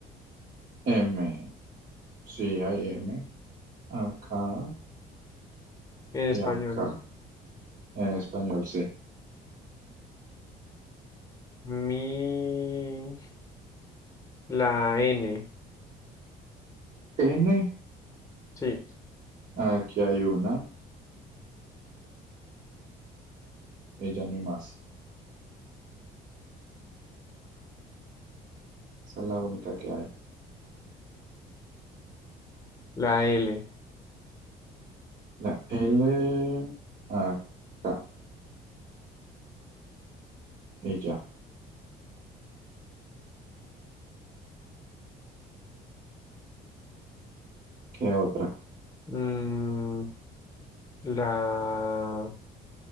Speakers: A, on the right; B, on the left.
A: M. Sí, hay M. Acá
B: en
A: y
B: español,
A: acá.
B: ¿no?
A: En español, sí.
B: Mi, la N.
A: N.
B: Sí.
A: Aquí hay una. Y ya no hay más. Esa es la única que hay.
B: La L.
A: La L. Acá. Y ya. ¿Qué otra?
B: Mm, la,